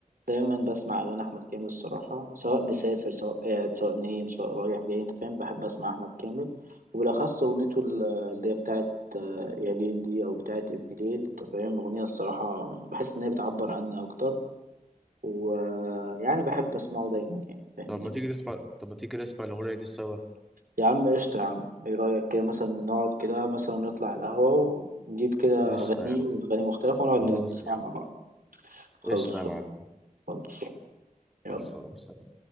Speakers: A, on the right (about 85°); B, in the centre.
A: دايما بسمع اغاني احمد كامل الصراحه سواء مسافر سواء قاعد سواء نايم سواء رايح جاي انت فاهم بحب اسمع احمد كامل وبالاخص اغنيته ال- اللي هي بتاعت آه، يا ليل دي او بتاعت ابن ليل انت فاهم اغنيه الصراحه يعني بحس ان هي بتعبر عني اكتر ويعني بحب اسمعه دايما يعني فاهمني
B: طب ما تيجي نسمع طب ما تيجي نسمع الأغنية دي سوا
A: يا عم قشطة يا عم ايه رأيك كده مثلا نقعد كده مثلا نطلع القهوة ونجيب كده
B: قشطة
A: أغاني
B: يا عم
A: وأغاني مختلفة ونقعد
B: خلاص
A: نسمع
B: يا عم
A: مع بعض خلص
B: قشطة يا معلم
A: خلص يلا
B: خلصانة سلام